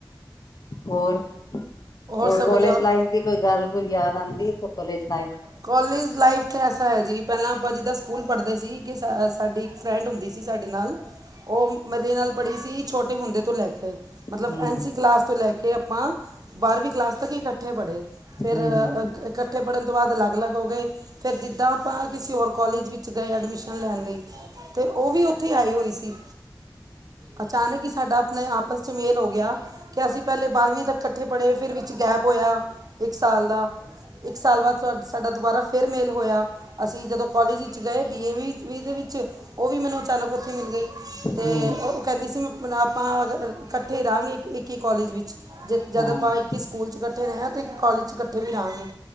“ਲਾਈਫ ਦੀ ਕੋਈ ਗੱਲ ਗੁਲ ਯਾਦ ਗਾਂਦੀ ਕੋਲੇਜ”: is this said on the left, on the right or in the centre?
Left